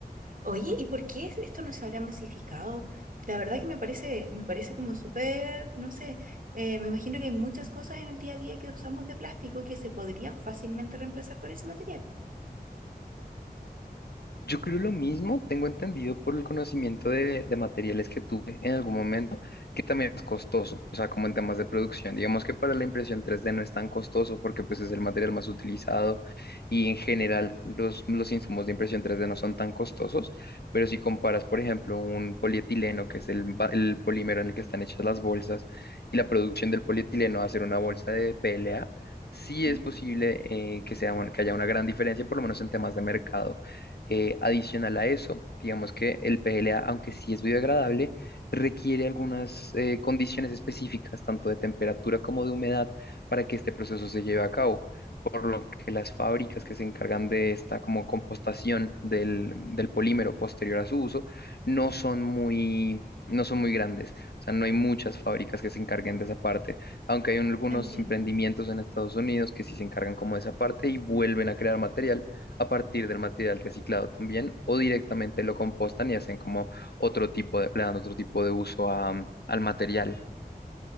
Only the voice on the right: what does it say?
Oye, ¿y por qué es- esto no se habrá masificado? La verdad que me parece, me parece como súper, no sé, eh, me imagino que hay muchas cosas en el día a día que usamos de plástico que se podrían fácilmente reemplazar con ese material.
Ujú,
entiendo.